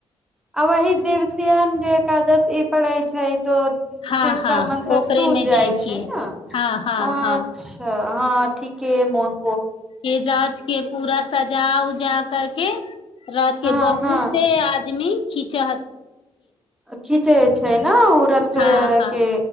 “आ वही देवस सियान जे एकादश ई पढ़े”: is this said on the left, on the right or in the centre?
Centre